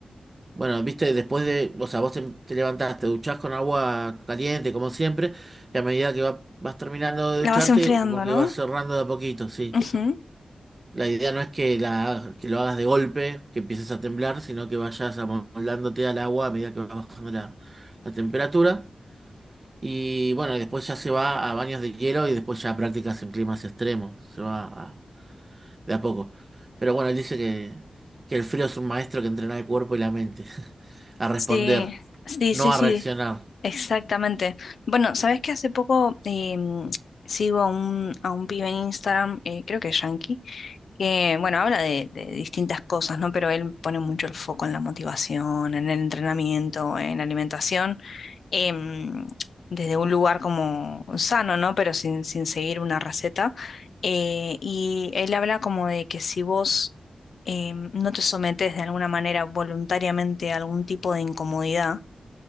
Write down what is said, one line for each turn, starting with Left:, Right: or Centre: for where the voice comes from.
Right: Bueno, viste, después de, o sea, vos te, te levantás, te duchás con agua caliente, como siempre, y a medida que va- vas terminando de
Left: La
Right: ducharte,
Left: vas enfriando,
Right: como que
Left: ¿no?
Right: vas cerrando de a poquito, sí.
Left: Ujú,
Right: La idea no es que, la, que lo hagas de golpe, que empieces a temblar, sino que vayas amoldándote al agua a medida que vas bajando la, la temperatura. Y bueno, y después ya se va a baños de hielo y después ya prácticas en climas extremos. Se va de a poco. Pero bueno, él dice que, que el frío es un maestro que entrena el cuerpo y la mente <laughs> a responder,
Left: Sí, sí,
Right: no
Left: sí, sí.
Right: a reaccionar.
Left: Exactamente. Bueno, sabes que hace poco em, sigo a un, a un pibe en Instagram, eh, creo que es Yankee, que bueno, habla de, de distintas cosas, ¿no? Pero él pone mucho el foco en la motivación, en el entrenamiento, en la alimentación, em, desde un lugar como sano, ¿no? Pero sin, sin seguir una receta. Eh, y él habla como de que si vos em, no te sometes de alguna manera voluntariamente a algún tipo de incomodidad,